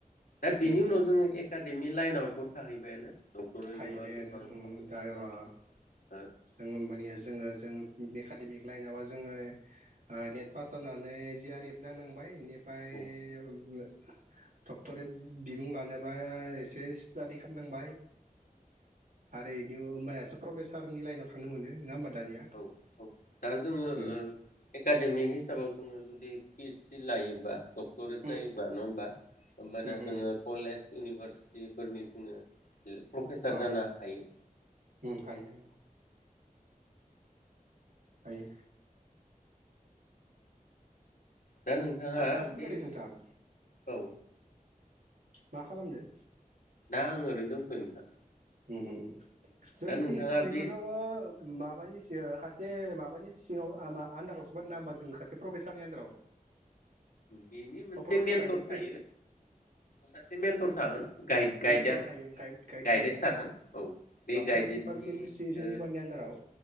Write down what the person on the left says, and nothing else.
दा बेनि
उनाव
जोङो एकाड एमि लाइन आवथ' थाहैबायानो न'खरै
<unintelligible>
औ
औ - औ दा जोङो
एकाडेमिक हिसाबाव जोङो जुदि पिएडससि लायोबा डक्ट'रेट जायोबा
नङा होमबा होमबाना
जोङो कलेज इउनिभार <unintelligible> फोरनि जोङो प्रफेसार
जानो हायो
दा नोंथाङा
बे
औ
दा आंङो ओरैनो दंथ'यो नोंथां
दा नोंथाङा
बे
बेनि मोनसे
मेन्टर
थायो सासे मेन्टर थागोन गाइड गाइडार
गाइडेड
थागोन औ बे गाइडेडनि
ओ